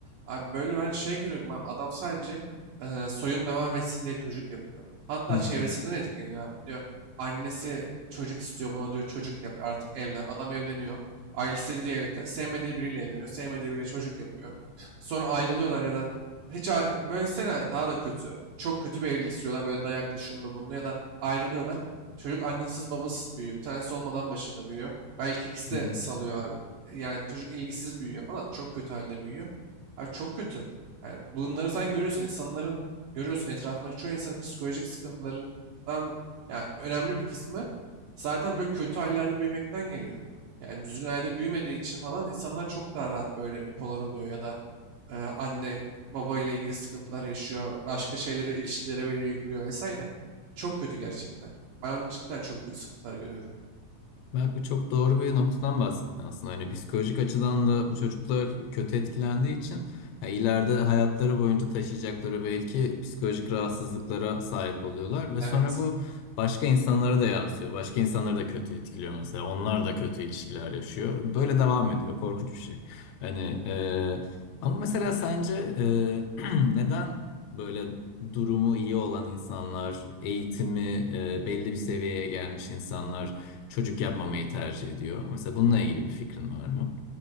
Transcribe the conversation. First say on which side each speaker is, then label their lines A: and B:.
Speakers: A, on the right (about 70°); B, on the left (about 80°).
A: Abi böyle ben şey görüyorum abi adam sadece e, soyum devam etsin diye çocuk yapıyor. Hatta
B: Hı hı.
A: çevresinden etkileniyor abi. Diyor annesi çocuk istiyor buna diyor çocuk yap artık evlen. Adam evleniyor. Ailesi de diye evlen- sevmediği biriyle evleniyor. Sevmediği biriyle çocuk yapıyor. Sonra ayrılıyorlar ya da hiç a- böylesine daha da kötü. Çok kötü bir evlilik sürüyorlar böyle dayaklı şunlu bunlu ya da ayrılıyorlar. Çocuk annesiz babasız büyüyor. Bir tanesi olmadan başında büyüyor. Belki ikisi
B: Hı
A: de
B: hı.
A: salıyor abi. Yani çocuk ilgisiz büyüyor falan. Çok kötü halde büyüyor. Abi çok kötü. Yani bunları sen görüyorsun. İnsanların görüyorsun etrafındaki çoğu insanın psikolojik sıkıntılarından yani önemli bir kısmı zaten böyle kötü hallerde büyümekten geliyor. Yani düzgün ailede büyümediği için falan insanlar çok daha rahat böyle bipolar oluyor ya da e, anne baba ile ilgili sıkıntılar yaşıyor. Başka şeylere, ilişkilere böyle yüklüyor vesaire. Çok kötü gerçekten. Ben cidden çok büyük sıkıntılar görüyorum.
B: Bak bu çok doğru bir noktadan bahsettin aslında. Hani psikolojik açıdan da bu çocuklar kötü etkilendiği için ya ileride hayatları boyunca taşıyacakları belki psikolojik rahatsızlıklara sahip oluyorlar ve
A: Evet.
B: sonra bu başka insanlara da yansıyor. Başka insanları da kötü etkiliyor mesela. Onlar da kötü ilişkiler yaşıyor. Böyle devam ediyor. Korkunç bir şey. Hani e, ama mesela sence e, <clears throat> neden böyle durumu iyi olan insanlar, eğitimi e, belli bir seviyeye gelmiş insanlar çocuk yapmamayı tercih ediyor. Mesela bununla ilgili bir fikrin var mı?